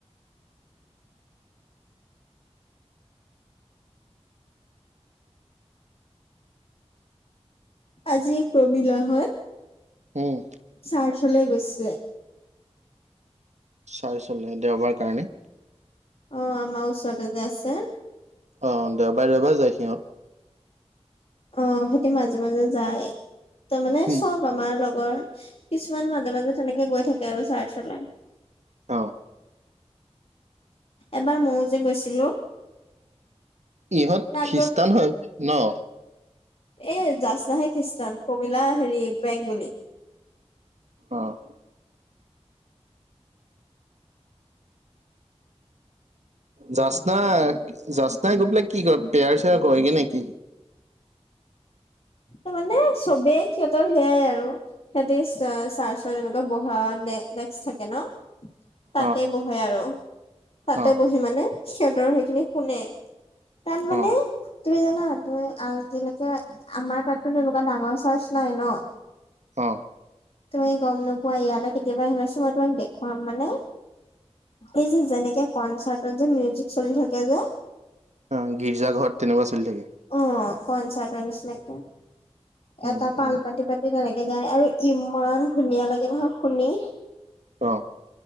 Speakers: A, on the left; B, on the right.
A: আজি প্ৰমল হয় <inaudible>
B: উম।
A: চাৰ্চলে গৈছিলে।
B: চাই চলে দেওবাৰ কাৰণে?
A: অ' আমাৰ ওচৰতে যে আছে।
B: অ' দেওবাৰে - দেওবাৰ যায় সিহঁত?
A: অ' সিতি মাজে - মাজে যায় তাৰ মানে
B: উম
A: চব আমাৰ লগৰ। কিছুমান মাজে- মাজে তেনেকে গৈ থাকে আৰু চাৰ্চলে।
B: অঁ।
A: এবাৰ ময়ো যে গৈছিলো।
B: ইহঁত
A: তাত
B: খ্ৰীষ্টান হয় ন?
A: এই জাজনাহে খ্ৰীষ্টান, কমিলা হেৰি বেংগলী।
B: অঁ। অ <unintelligible> জচনা জাচনাই গৈ পেলাই কি কয়, পেয়াৰ চেয়াৰ কৰেগে নেকি?
A: ত' মানে চবেই সিহঁতৰ সেয়াই আৰু। সিহঁতি চাৰ চন এনেকুৱা বহা ডেস্ক থাকে ন। তাতে
B: অ
A: বহে আৰু তাতে
B: অ
A: বহি মানে সিহঁতৰ সেইখিনি শুনে। তাত মানে
B: অ
A: তুমি জানা তুমি আজিলৈকে আমাৰ তাতটো তেনেকুৱা ডাঙৰ চাৰছ নাই ন?
B: অঁ।
A: তুমি গম নোপোৱা ইয়ালে কেতিয়াবা আহিবাছোন মই তোমাক দেখুৱাম মানে এই যে যেনেকে কনচাৰ্টত যে মিউজিক চলি থাকে যে?
B: অ' গীৰ্জা ঘৰত তেনেকুৱা চলি থাকে।
A: অ' কনচাৰ্ট নিছিনাকে।
B: উম
A: এটা পাল
B: উম
A: পাতি-পাতি তেনেকে গায় আৰু ইমান ধুনীয়া লাগে নহয় শুনি।
B: অঁ।